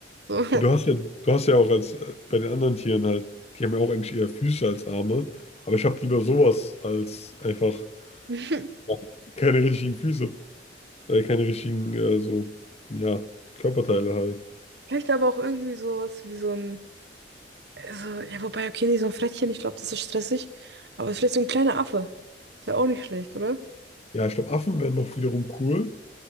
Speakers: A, on the right; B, on the left.
A: So.
B: Ja, Du hast ja, du hast ja auch als äh, bei den anderen Tieren halt, die haben ja auch eigentlich eher Füße als Arme. Aber ich habe lieber sowas als einfach
A: <laughs>
B: ja, keine richtigen Füße, äh, keine richtigen äh, so, ja, Körperteile halt.
A: Vielleicht aber auch irgendwie sowas wie so ein. Also, ja, wobei, okay, nee, so ein Frettchen, ich glaube, das ist stressig. Aber vielleicht so ein kleiner Affe. Ist ja auch nicht schlecht, oder?
B: Ja, ich glaube, Affen wären noch wiederum cool,